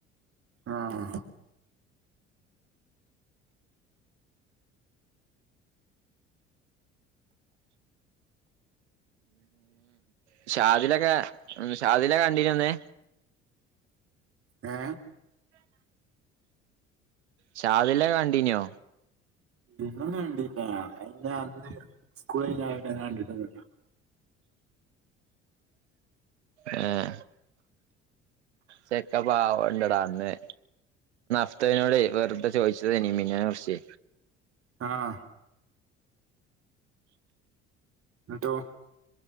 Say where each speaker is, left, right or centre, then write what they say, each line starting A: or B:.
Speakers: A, on the right (about 40°); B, on the right (about 75°).
A: ആഹ്
B: ഉ ഷാദിലൊക്കെ ഷാദിലൊക്കെ കണ്ടിരന്നേ
A: ഏ
B: ഷാദില്ല കണ്ടീന്നാ
A: ഇന്നും കണ്ടില്ല അതിറെ അന്ന് സ്കൂള കണ്ടിട്ടന്നില്ല
B: ആഹ ചെക്ക പാവം ഉണ്ടടാന്ന് ഫ്തവിനോട് വെറുത ചോദിച്ചത്നി മിനെ കുറച്ചേ
A: ആഹ എന്നിട്ടോ